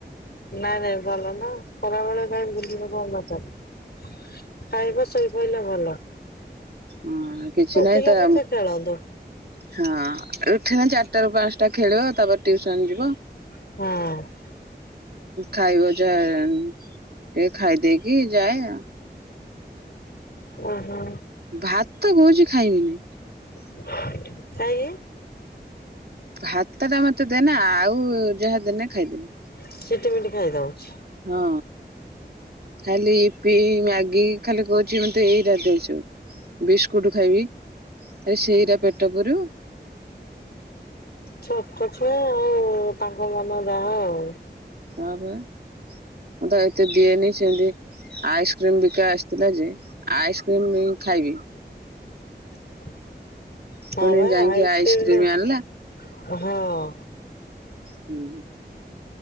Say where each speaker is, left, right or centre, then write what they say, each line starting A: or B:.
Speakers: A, on the left; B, on the right.
A: ନାଇଁ ନାଇଁ ଭଲ ନା ଖରାବେଳେ କାଇହିଁ ବୁଝିନ କଣଚାର। ଖାଇବା ଶୋଇପାରିଲ ଭଲ।
B: ହଁ କିଛି
A: ଉଠିଲେ
B: ନହିଁ ତ।
A: ପଛେ ଖେଳନ୍ତୁ
B: ହଁ ଏଠି ନା ଚାରିଟାରୁ ର ପାଞ୍ଚଟା ଖେଳିବ ତାପରେ ଟିଉସନ ଯିବ।
A: ହଁ।
B: ଖାଇବ ଯ ଟିକେ ଖାଇଦେଇକି ଯାଏ ଆଉ।
A: ଓ ହୋ।
B: ଭାତ କହୁଛି ଖାଇବିନି।
A: ସାଇ କି।
B: ଭାତ ଟା ମତେ ଦେନା ଆଉ ଯାହା ଦେନା ଖାଇଦେବି।
A: ଚିଠମଟି ଖାଇ ଦଉଛି।
B: ହଁ ଖାଲି ଇପି ମ୍ୟାଗି। ଖାଲି କହୁଛି ମତେ ଏଇ ରା ସୁ ବିସ୍କୁଟ ଖାଇବି। ଆରେ ସେଇରା ପେଟ ପରୁବ।
A: ଛୋଟ ଛୁଆ ଆଉ ତାଙ୍କ ମନ ଯାହା ଆଉ।
B: ହଁପ। ମୁଁ ତ ଏତେ ଦିଏନି ସେମିତି ଆଇସ୍କ୍ରିମ ବିକା ଆସିଥିଲା ଯେ। ଆଇସ୍କ୍ରିମ ଖାଇବି।
A: ? <inaudible> ହଁ
B: ପୁଣି
A: ଭ
B: ଯାଇକି
A: ଆଇସ୍କ୍ରିମ
B: ଆଣିଲା
A: ହଁ।
B: ହୁଁ